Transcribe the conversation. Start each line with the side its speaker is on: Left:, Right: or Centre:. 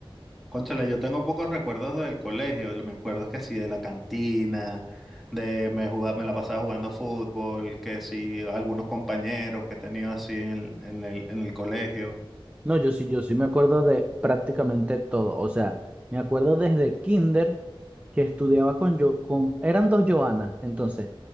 Centre: Cónchale, yo tengo pocos recuerdos del colegio. Me acuerdo es que sí, de la cantina, de me jugaba, me la pasaba jugando fútbol, que sí, algunos compañeros que he tenido así en el, en el, en el colegio.
Right: No, yo sí, yo sí me acuerdo de prácticamente todo. O sea, me acuerdo desde kinder que estudiaba con yo, con, eran dos Joanas. Entonces,